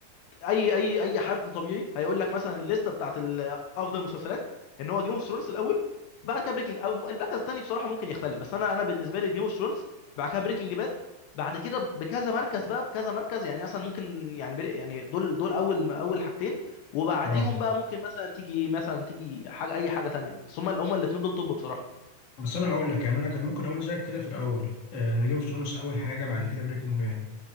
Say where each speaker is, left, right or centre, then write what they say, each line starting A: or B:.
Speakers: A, on the left (about 80°); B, on the left (about 45°).
A: اي اي اي حد طبيعي هيقول لك مثلا الليسته بتاعت ال- افضل المسلسلات ان هو جيم اوف ثرونز الاول بعد كده بريكنج او المركز الثاني بصراحه ممكن يختلف بس انا انا بالنسبه لي جيم اوف ثرونز بعد كده بريكنج باد بعد كده بكذا مركز بقى بكذا مركز يعني مثلا ممكن يعني بري- يعني دول دول اول اول حاجتين وبعديهم
B: اه
A: بقى ممكن مثلا تيجي مثلا تيجي حاجه اي حاجه ثانيه بس هم هم الاثنين دول توب بصراحه
B: بس انا هقول لك يعني انا كان ممكن اقول زيك كده في الاول آه، ان جيم اوف ثرونز اول حاجه بعد كده بريكنج باد